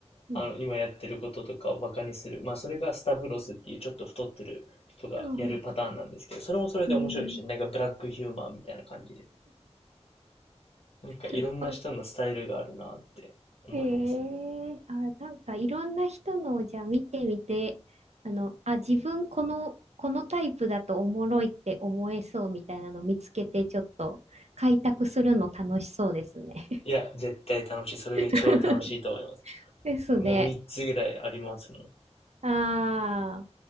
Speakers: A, on the right; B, on the left.
A: うん。
B: あの、今やってることとかをバカにする。まあそれがスタブロスっていうちょっと太ってる人がやるパターンなんですけど、
A: あー
B: それもそれで面白いし、
A: うん
B: なんかブラックヒューマンみたいな感じで。
A: <laughs>
B: なんかいろんな人のスタイルがあるなって思いますね。
A: なるほど。ええあ、なんかいろんな人のをじゃあ見てみて、あの、あ、自分この、このタイプだとおもろいって思えそうみたいなの見つけて、ちょっと開拓するの楽しそうですね。
B: いや、絶対楽しい。それが一番楽しいと思います。
A: <laughs> ですね。
B: もう3つぐらいありますもん。
A: ああ、